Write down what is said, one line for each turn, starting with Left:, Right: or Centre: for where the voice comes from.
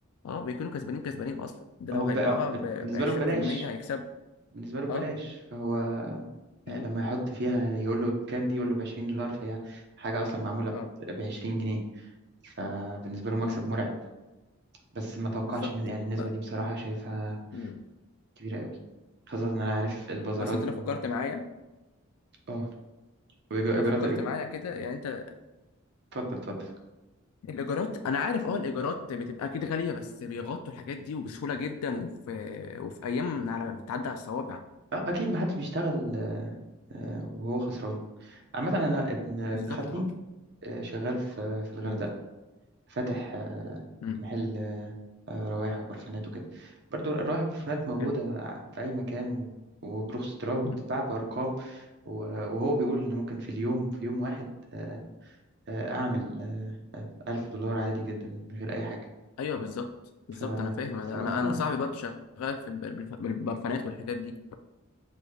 Left: اه بيكونوا كسبانين كسبانين اصلا ده لو
Right: هو بقى
Left: هيبيعوها ب
Right: بالنسبة
Left: 20%
Right: له ببلاش
Left: هيكسب
Right: بالنسبة له ببلاش
Left: اه
Right: فهو
Left: مم.
Right: لما يحط فيها يقول له بكام دي يقول له ب 20 دولار فهي حاجة أصلا معمولة
Left: اه
Right: ب 20 جنيه فبالنسبة له مكسب
Left: مم.
Right: مرعب بس ما توقعتش
Left: بالظبط
Right: إن يعني النسبة
Left: ب-
Right: دي بصراحة شايفها
Left: مم.
Right: كبيرة قوي خاصة إن أنا عارف البازارات
Left: بس انت لو فكرت
Right: و
Left: معايا
Right: آه وإيجارات
Left: لو فكرت
Right: اتفضل
Left: معايا كده يعني انت
Right: اتفضل
Left: الايجارات انا عارف اه الايجارات بتبقى اكيد غاليه بس بيغطوا الحاجات دي وبسهوله جدا وفي وفي ايام على بتعدي على الصوابع
Right: آه أكيد ما حدش بيشتغل آه، وهو خسران عامة أنا ابن ابن
Left: بالظبط
Right: خالتي
Left: اه
Right: آه، شغال في في الغردقة
Left: مم.
Right: فاتح آه،
Left: مم.
Right: محل آه، آه، روايح وبرفانات وكده برضو الروايح والبرفانات موجودة
Left: حلو
Right: في أي مكان و- وبرخص تراب وبتتباع
Left: مم.
Right: بأرقام و- وهو بيقول إن ممكن في اليوم في يوم واحد آه، آه، أعمل آه، آه، ألف دولار عادي جدا من غير أي حاجة
Left: ايوه بالظبط بالظبط
Right: ف...
Left: انا فاهم
Right: فمفهوم
Left: انا انا أنا صاحبي برضه شغال في البر- بالبرفانات والحاجات دي